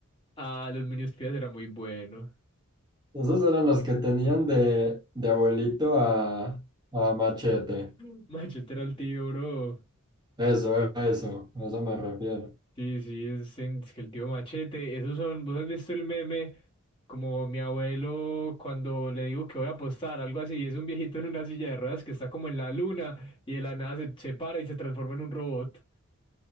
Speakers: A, on the left (about 25°); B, on the right (about 20°).
A: Ah, los Minions Espías era muy bueno.
B: Esos eran los que tenían de, de abuelito a, a machete.
A: <laughs> Machete era el tío, bro.
B: Eso, eso, a eso me refiero.
A: Sí, sí, es, en- es que el tío Machete, esos son, vos has visto el meme como mi abuelo cuando le digo que voy a apostar, algo así, es un viejito en una silla de ruedas que está como en la luna y de la nada se, se para y se transforma en un robot.